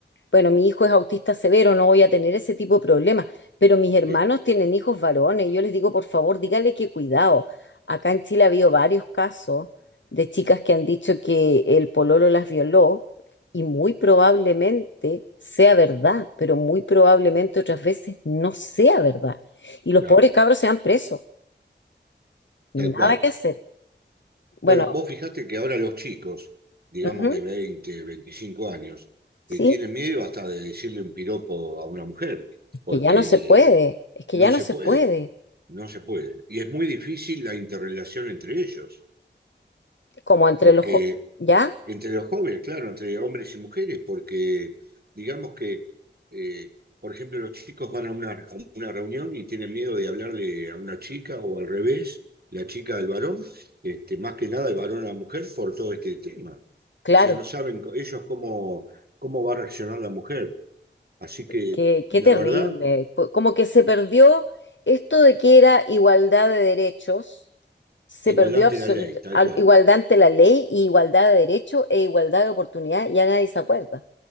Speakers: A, on the left; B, on the right.
A: Bueno, mi hijo es autista severo, no voy a tener ese tipo de problemas, pero mis hermanos
B: Sí,
A: tienen hijos varones. Yo les digo, por favor, díganle que cuidado. Acá en Chile ha habido varios casos de chicas que han dicho que el pololo las violó y muy probablemente sea verdad, pero muy probablemente otras veces no sea verdad. Y los
B: claro,
A: pobres cabros se van presos, nada
B: tal cual.
A: que hacer. Bueno,
B: Bueno, vos fijate que ahora los chicos, digamos
A: ujú,
B: de 20, 25 años,
A: sí,
B: eh, tienen miedo hasta de decirle un piropo a una mujer,
A: es
B: porque
A: que ya no se puede, es que
B: no
A: ya no
B: se
A: se
B: puede,
A: puede,
B: no se puede. Y es muy difícil la interrelación entre ellos,
A: como entre
B: porque
A: los... jo- ¿Ya?
B: entre los jóvenes, claro, entre hombres y mujeres, porque digamos que, eh, por ejemplo, los chicos van a una, a una reunión y tienen miedo de hablarle a una chica o al revés, la chica al varón, este, más que nada el varón a la mujer por todo este tema.
A: Claro.
B: O sea, no saben co- ellos cómo, cómo va a reaccionar la mujer. Así que,
A: Qué, qué
B: la
A: terrible.
B: verdad,
A: Po- Como que se perdió esto de que era igualdad de derechos, se
B: igualdad
A: perdió
B: ante
A: absoluta
B: la ley, tal
A: al-
B: cual,
A: igualdad ante la ley y igualdad de derechos e igualdad de oportunidad, ya nadie se acuerda.